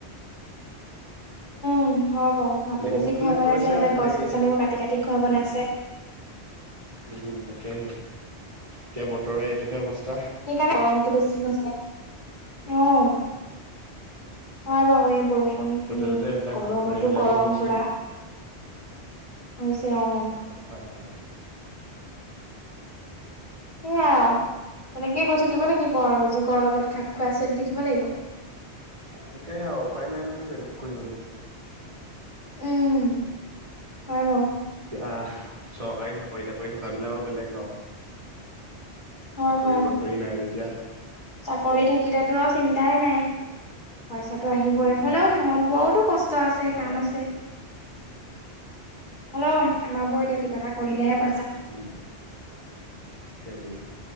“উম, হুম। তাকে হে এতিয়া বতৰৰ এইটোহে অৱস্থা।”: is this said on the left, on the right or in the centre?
Right